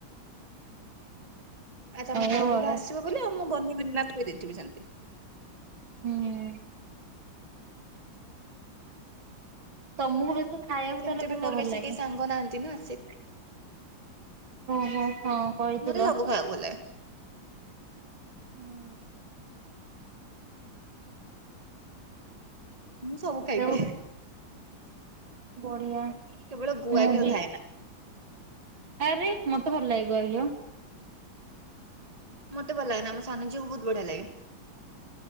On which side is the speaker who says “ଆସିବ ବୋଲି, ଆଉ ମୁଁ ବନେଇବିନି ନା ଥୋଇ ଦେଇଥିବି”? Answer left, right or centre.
Right